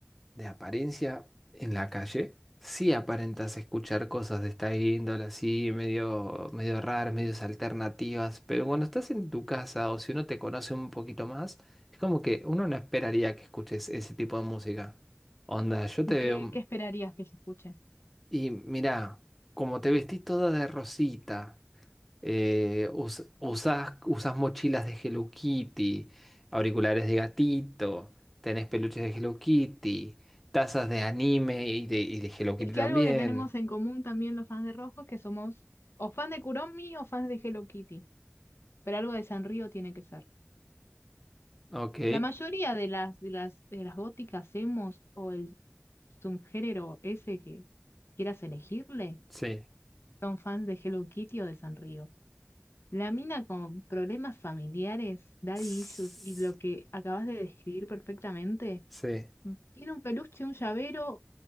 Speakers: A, in the centre; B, on the left (about 80°).
A: de apariencia en la calle, sí aparentas escuchar cosas de esta índole, así medio, medio raras, medio alternativas, pero cuando estás en tu casa o si uno te conoce un poquito más, es como que uno no esperaría que escuches ese tipo de música. Onda, yo te
B: qué,
A: veo
B: qué esperarías que yo escuche.
A: y mirá, como te vestís toda de rosita eh, us- usás, usás mochilas de Hello Kitty, auriculares de gatito, tenés peluches de Hello Kitty, tazas de anime y de, y de Hello Kitty
B: Es que
A: también.
B: algo que tenemos en común también los fans de Rojo es que somos o fans de Kuromi o fans de Hello Kitty. pero algo de Sanrío tiene que ser.
A: Ok,
B: La mayoría de las, de las, de las góticas emos o el subgénero ese que quieras elegirle
A: sí.
B: son fans de Hello Kitty o de Sanrío. La mina con problemas familiares, daddy
A: S-
B: issues y lo que acabas de describir perfectamente,
A: Sí,
B: tiene un peluche, un llavero